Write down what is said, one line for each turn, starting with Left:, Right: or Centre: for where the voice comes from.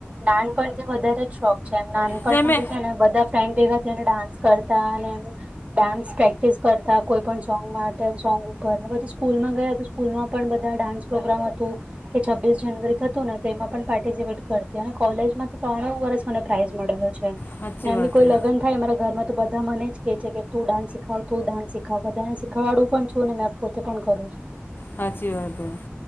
Right: પણ વધારે જ શોખ છે એમ નાનપણનો
Left: ને અમે
Right: ભી છે બધા ફ્રેન્ડ ભેગા થને ડાન્સ કરતા અને એ ડાન્સ પ્રેક્ટિસ કરતા કોઈ પણ સોંગ માટે સોંગ ઉપર ને પછી સ્કૂલમાં ગયા તો સ્કૂલમાં પણ બધા ડાન્સ પ્રોગ્રામ હતું કે છવીસ જાનુરી થતું ને તેમાં પણ પાર્ટિસિપેટ કરતી અને કોલેજમાં ત્રણું વર્ષ મને પ્રાઈઝ મળેલો છે ને
Left: સાચી
Right: એમ
Left: વાત
Right: બી કોઈ
Left: હે
Right: લગન થાય અમારા ઘરમાં તો બધા મને જ કેહે છે કે તું ડાન્સ શીખાવ તો ડાન્સ શીખવ શીખવાડું પણ છું પોતે પણ કરું છું
Left: હાચી વાત હે